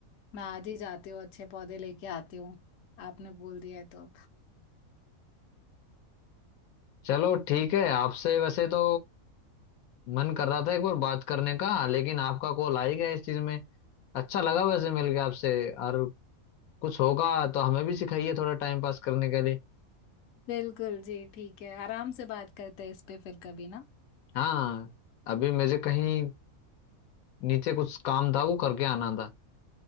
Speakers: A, on the left; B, on the left.
A: मैं आज ही जाती हूँ अच्छे पौधे लेके आती हूँ आपने बोल दिया है तो
B: चलो ठीक है आपसे वैसे तो मन कर रहा था एक बार बात करने का लेकिन आपका कॉल आ ही गया इस चीज में अच्छा लगा वैसे मिल के आपसे और कुछ होगा तो हमें भी सिखाइए थोड़ा टाइम पास करने के लिए
A: बिल्कुल जी ठीक है आराम से बात करते हैं इस पे फिर कभी ना
B: हाँ अभी मुझे कहीं नीचे कुछ काम था वो करके आना था